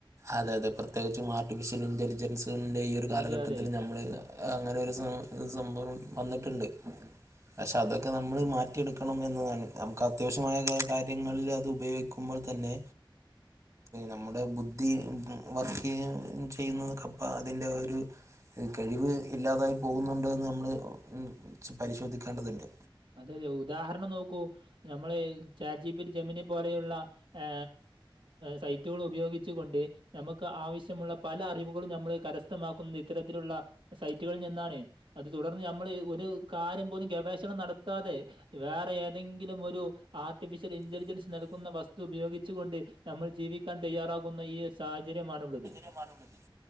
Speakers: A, on the right; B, on the right.
A: അതെ അതെ പ്രത്യേകിച്ചും ആർട്ടിഫിഷ്യൽ ഇന്റലിജൻസിന്റെ ഈ ഒരു കാലഘട്ടത്തിൽ
B: അതെ അതെ.
A: നമ്മള് അങ്ങനെ ഒരു സം സംഭവം വന്നിട്ടുണ്ട് പക്ഷെ അതൊക്കെ നമ്മൾ മാറ്റിയെടുക്കണം എന്നതാണ് നമുക്ക് അത്യാവശ്യമായ കാര്യങ്ങളിൽ അത് ഉപയോഗി ക്കുമ്പോൾ തന്നെ നമ്മുടെ ബുദ് ഈ വർക്ക് ചെയ്യ് ചെയ്യുന്നത്ക്കപ്പം അതിന്റെ ഒരു ഈ കഴിവ് ഇല്ലാതായി പോകുന്നുണ്ടോ എന്ന് നമ്മൾ ഉം പരിശോധിക്കേണ്ടതുണ്ട്
B: അതെ അത് ഉദാഹരണം നോക്കൂ നമ്മള് ചാറ്റ്ജിപിടി ജമനി പോലെയുള്ള ആ സൈറ്റുകൾ ഉപയോഗിച്ചുകൊണ്ട് നമുക്ക് ആവശ്യമുള്ള പല അറിവുകളും നമ്മൾ കരസ്ഥമാക്കുന്നത് ഇത്തരത്തിലുള്ള സൈറ്റുകളിൽ നിന്നാണ് അത് തുടർന്ന് നമ്മൾ ഒരു കാര്യം പോലും ഗവേഷണം നട ത്താതെ വേറെ ഏതെങ്കിലും ഒരു ആർട്ടിഫിഷ്യൽ ഇന്റലിജൻസ് നൽകുന്ന വസ്തു ഉപയോഗിച്ചു കൊണ്ട് നമ്മൾ ജീവിക്കാൻ തയ്യാറാകുന്ന ഈ ഒരു സാഹചര്യമാണുള്ളത്
A: <unintelligible>